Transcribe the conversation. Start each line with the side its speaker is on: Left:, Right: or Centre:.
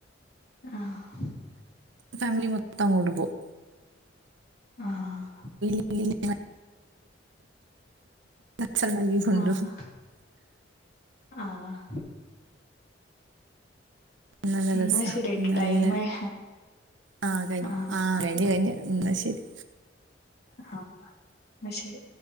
Left: ആഹ്
Right: ഫാമിലി മൊത്തം അങ്ങോട്ട് പോവും
Left: ആഹ്
Right: <unintelligible> അച്ഛൻ നൽകിയ ഫണ്ട്
Left: ആഹ് ആഹ്
Right: നല്ല
Left: എന്നാ
Right: രസ
Left: ശരിട്ടോ
Right: നല്ല
Left: ടൈം ആയി
Right: ആ കയ്ഞ്ഞോ
Left: ആഹ്
Right: ആ കയിഞ് കഴിഞ് എന്നാ ശരി
Left: ആഹ് ന്നാ ശരി